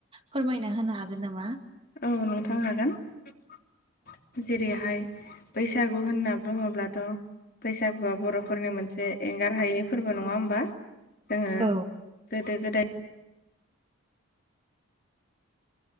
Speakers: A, on the right; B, on the left.
A: फोरमायना होनो हागोन नामा?
B: औ नोंथां हागोन। <unintelligible> जेरैहाय बैसागु होनना बुङोब्लाथ' बैसागुआ बर' फोरनि मोनसे एंगार हायै फोरबो नङा होमबा जोङो
A: औ
B: गोदो गोदाय